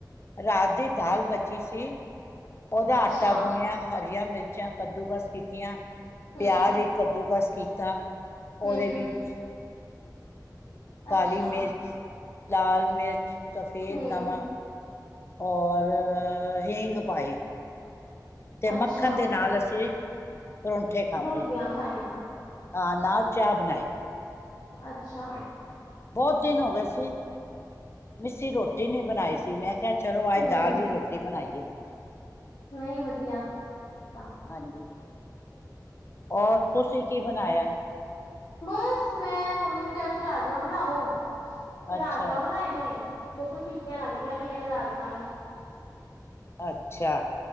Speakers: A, on the left (about 35°); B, on the left (about 80°).
A: ਰਾਤ ਦੀ ਦਾਲ ਬਚੀ ਸੀ। ਔਦਾ
B: ਅੱਛਾ,
A: ਆਟਾ ਗੁੰਨਿਆ, ਹਰੀਆਂ ਮਿਰਚਾਂ ਕੱਦੂਕਸ ਕੀਤੀਐਂ।
B: ਹੂੰ,
A: ਪਿਆਜ ਇੱਕ ਕੱਦੂਕਸ ਕੀਤਾ, ਓਹਦੇ
B: ਹੂੰ-ਹੂੰ,
A: ਵਿੱਚ ਕਾਲੀ
B: ਅੱਛਾ,
A: ਮਿਰਚ, ਲਾਲ ਮਿਰਚ, ਸਫੇਦ
B: ਹੂੰ,
A: ਨਮਕ। ਔਰ, ਹਿੰਗ ਪਾਈ। ਤੇ
B: ਅੱਛਾ,
A: ਮੱਖਣ ਦੇ ਨਾਲ ਅਸੀਂ ਪਰੋਂਂਠੇ ਖਾਧੇ।
B: ਰੋਟੀਆਂ ਖਾਈਆਂ
A: ਹਾਂ, ਨਾਲ ਚਾਹ ਬਣਾਈ।
B: ਅੱਛਾ।
A: ਬੌਤ ਦਿਨ ਹੋ ਗਏ ਸੀ, ਮਿੱਸੀ ਰੋਟੀ ਨਹੀਂ ਬਣਾਈ ਸੀ। ਮੈਂ ਕਿਆ ਚਲੋ ਅੱਜ
B: ਹੂੰ,
A: ਦਾਲ ਦੀ ਰੋਟੀ ਬਣਾਈਏ।
B: ਨਹੀਂ ਵਧੀਆ, ਤਾਂ
A: ਹਾਂਜੀ ਔਰ ਤੁਸੀਂ ਕੀ ਬਣਾਯੈ?
B: ਬਸ ਮੈਂ ਮੰਮੀ ਨੂੰ ਕਿਹਾ ਸੀ, ਰਾਜਮਾਂ ਬਣਾਓ ਤੇ
A: ਅੱਛਾ
B: ਰਾਜਮਾਂ ਬਣਾਏ ਨੇ। ਦੇਖੋ ਚੀਟੀਆਂ ਲੱਗਦੀਆਂ ਪਈਆਂ ਨੇ ਰਾਜ਼ਮਾਂ ਨੂੰ।
A: ਅੱਛਾ।